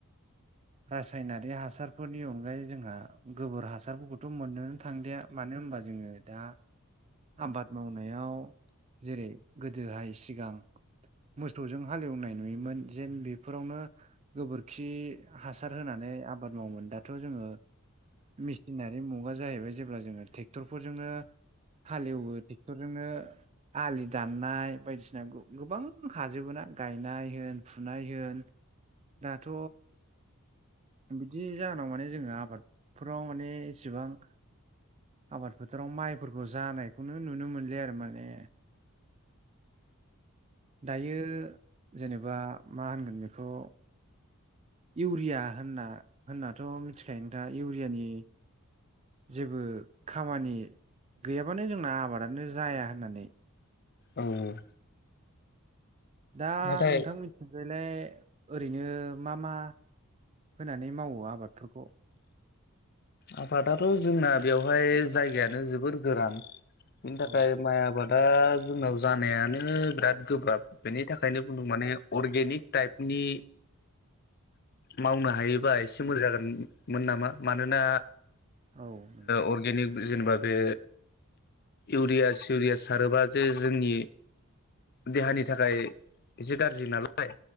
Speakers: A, on the right; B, on the left.
A: रासायनारि हासारफोरनि अनगायै जोंहा गोबोर हासारफोरखौथ' मोननोनो थांलिया मानो होनबा जोङो दा आबाद मावनायाव जेरै गोदोहाय सिगां मोसौजों हालेवनाय नुयोमोन जेन बेफोरावनो गोबोरखि हासार होनानै आबाद मावोमोन दाथ' जोङो मेसिनारि मुगा जाहैबाय जेब्ला जोङो ट्रेक्टरफोरजोंनो हालेवो ट्रेक्टरजोंनो आलि दाननाय बायदिसिना गोबां हाजोबो ना गायनाय होन फुनाय होन दाथ' बिदि जाहोनाव माने जोङो आबादफोराव माने एसेबां आबाद फोथाराव माइफोरखौ जानायखौनो नुनो मोनलिया आरो माने दायो जेनेबा मा होनगोन बेखौ इउरिया होनना होननाथ' मिथिखायो नोंथाङा इउरियानि जेबो खामानि गैयाबानो जोंना आबादानो जाया होननानै
B: औ औ
A: दा
B: नाथाय
A: नोंथांमोन बिबायलाय ओरैनो मा मा होनानै मावो आबादफोरखौ
B: आबादाथ' जोंना बेवहाय जायगायानो जोबोर गोरान बिनि थाखाय
A: औ
B: माइ आबाद दा जोंनाव जानायानो बिराद गोब्राब बेनि थाखायनो बुंदों माने अर्गेनिक टाइप उनि मावनो हायोबा एसे मोजां जागोनमोन नामा? मानोना
A: औ नंगौ
B: अगेनिक जेनेबा बे इउरिया सिउरिया सारोबा जे जोंनि देहानि थाखाय एसे गाज्रि नालालाय